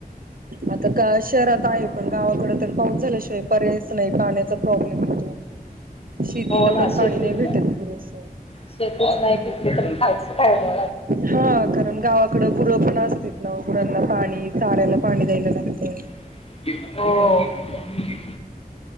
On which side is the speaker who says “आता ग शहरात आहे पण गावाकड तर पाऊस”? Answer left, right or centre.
Right